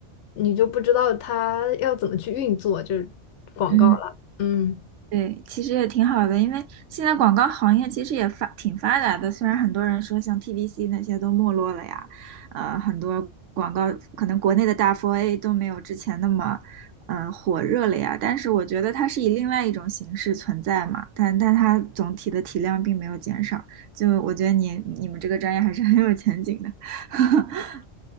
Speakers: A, on the left (about 75°); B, on the right (about 80°).
A: 你就不知道它要怎么去运作，就是广告了。
B: 嗯。
A: 嗯，
B: 对，其实也挺好的，因为现在广告行业其实也发挺发达的，虽然很多人说像 TVC 那些都没落了呀，呃，很多广告可能国内的大 4A 都没有之前那么，呃，火热了呀，但是我觉得它是以另外一种形式存在嘛，但但它总体的体量并没有减少，就我觉得你你们这个专业还是 <laughs> 很有前景的，<laughs>